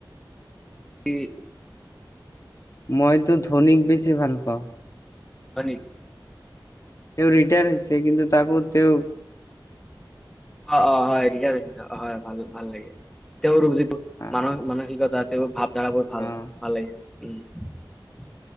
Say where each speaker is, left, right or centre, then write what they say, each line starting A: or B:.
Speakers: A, in the centre; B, on the left.
A: কি
B: মইতো ধনীক বেছি ভাল পাওঁ।
A: হয় নেকি
B: তেওঁ ৰিটায়াৰ হৈছে কিন্তু তাকো তেওঁৰ
A: অ অ হয় ৰিটায়াৰ হৈছে অ হয় ভাল ভাল লাগে তেওঁৰ যিটো
B: অ',
A: মান-মানসিকতা তেওঁৰ ভাৱ ধাৰাবোৰ ভাল
B: অ',
A: ভাল লাগে উম।